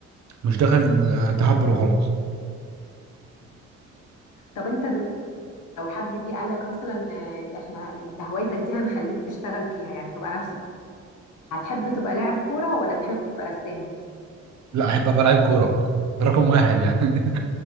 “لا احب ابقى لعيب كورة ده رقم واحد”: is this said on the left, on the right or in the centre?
Right